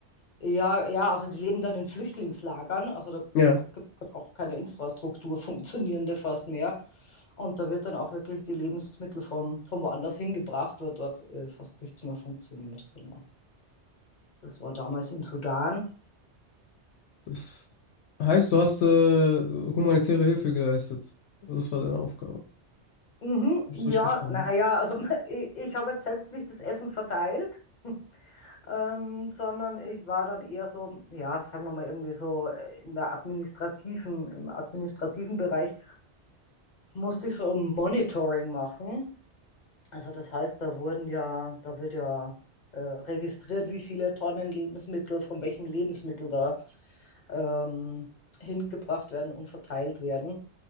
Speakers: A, on the left (about 45°); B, on the left (about 75°).
A: ja, ja, also die leben dann in Flüchtlingslagern. Also da
B: Ja.
A: gibt es halt auch keine Infrastruktur, funktionierende fast mehr. Und da wird dann auch wirklich die Lebensmittel von, von woanders hingebracht, weil dort äh, fast nichts mehr funktioniert. Genau. Das war damals im Sudan.
B: Das heißt, du hast äh, humanitäre Hilfe geleistet. Das war deine Aufgabe.
A: Mhm,
B: Hab ich das richtig
A: ja,
B: verstanden?
A: naja, also <laughs> ich, ich habe jetzt selbst nicht das Essen verteilt, <laughs> ähm, sondern ich war dann eher so, ja, sagen wir mal irgendwie so äh, in der administrativen, im administrativen Bereich musste ich so ein Monitoring machen. Also das heißt, da wurden ja, da wird ja äh, registriert, wie viele Tonnen Lebensmittel von welchem Lebensmittel da ähm, hingebracht werden und verteilt werden.